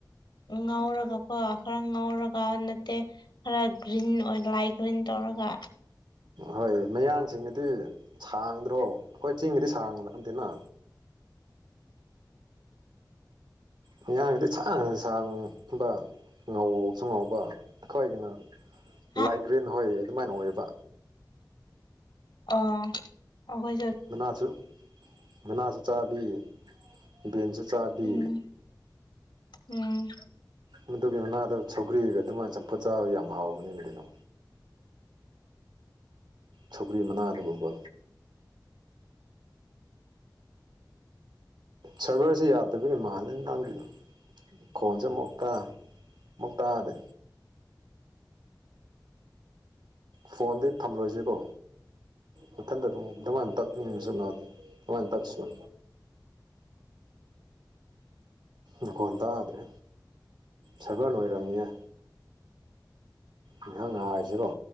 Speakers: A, on the left; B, on the right.
A: ꯉꯧꯔꯒꯀꯣ ꯈꯔ ꯉꯥꯎꯔꯒ ꯅꯠꯇꯦ ꯈꯔ ꯒ꯭ꯔꯤꯟ ꯑꯣꯏ ꯂꯥꯏꯠ ꯒ꯭ꯔꯤꯟ ꯇꯧꯔꯒ
B: ꯍꯣꯏ ꯃꯌꯥꯡꯁꯤꯡꯒꯗꯤ ꯁꯥꯡꯗ꯭ꯔꯣ ꯑꯩꯈꯣꯏ ꯆꯤꯡꯒꯗꯤ ꯁꯥꯡ ꯂꯛꯑꯗꯦꯅ ꯃꯤꯌꯥꯝꯒꯤꯗꯤ ꯁꯥꯡꯁꯨ ꯁꯥꯡꯕ ꯉꯥꯎꯁꯨ ꯉꯥꯎꯕ ꯈꯈꯋꯥꯏꯒꯤꯅ
A: ꯍꯥ
B: ꯂꯥꯏꯠ ꯒ꯭ꯔꯤꯟ ꯍꯣꯏ ꯑꯗꯨꯃꯥꯏꯅ ꯑꯣꯏꯌꯦꯕ
A: ꯑ ꯑꯩꯈꯣꯏ ꯆꯠ
B: ꯃꯅꯥꯁꯨ ꯃꯅꯥꯁꯨ ꯆꯥꯕꯤ ꯕꯦꯟꯁꯨ ꯆꯥꯕꯤ
A: ꯎꯝ ꯎꯝ
B: ꯃꯗꯨꯒꯤ ꯃꯅꯥꯗ ꯁꯧꯒ꯭ꯔꯤꯒ ꯑꯗꯨꯃꯥꯏꯅ ꯆꯝꯐꯨꯠ ꯆꯥꯕ ꯌꯥꯝ ꯍꯥꯎꯕꯅꯤ ꯀꯔꯤꯅꯣ ꯁꯀ꯭ꯔꯤ ꯃꯅꯥꯗꯧꯕꯀꯣ ꯁꯚꯔꯁꯤ ꯌꯥꯗꯕꯒꯤ ꯃꯥꯜꯂꯦ ꯅꯪꯒꯤ ꯈꯣꯟꯁꯦ ꯑꯃꯨꯛꯇ ꯃꯣꯇꯥꯥꯗ ꯐꯣꯟꯗꯤ ꯊꯝꯂꯣꯏꯁꯤꯀꯣ ꯃꯊꯟꯗ ꯑꯗꯨ ꯑꯗꯨꯃꯥꯏꯅ ꯇꯠꯅꯤꯡꯁꯨꯅꯗꯤ ꯑꯗꯨꯃꯥꯏꯅ ꯇꯠꯁꯤꯅ ꯗꯨꯀꯣꯟ ꯇꯥꯗ꯭ꯔꯦ ꯁꯚꯔ ꯑꯣꯏꯔꯕꯝꯅꯤꯌꯦ ꯏꯈꯪ ꯉ ꯍꯥꯏꯁꯤꯀꯣ